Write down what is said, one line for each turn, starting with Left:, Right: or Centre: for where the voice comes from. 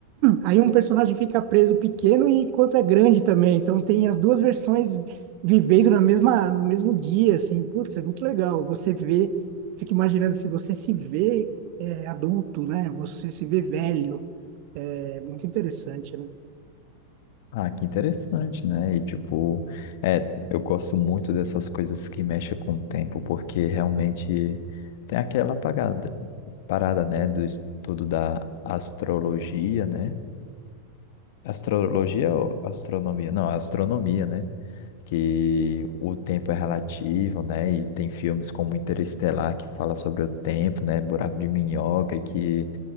Right: Aí um personagem fica preso pequeno e quanto é grande também. Então tem as duas versões vivendo na mesma, no mesmo dia, assim. Putz, é muito legal. Você vê, fica imaginando se você se vê é, adulto, né? Você se vê velho. É muito interessante, né?
Left: Ah, que interessante, né? E tipo, é, eu gosto muito dessas coisas que mexem com o tempo, porque realmente tem aquela pagada, parada, né, do estudo da astrologia, né? Astrologia ou astronomia? Não, astronomia, né? Que o tempo é relativo, né? E tem filmes como Interestelar que fala sobre o tempo, né? Buraco de minhoca, que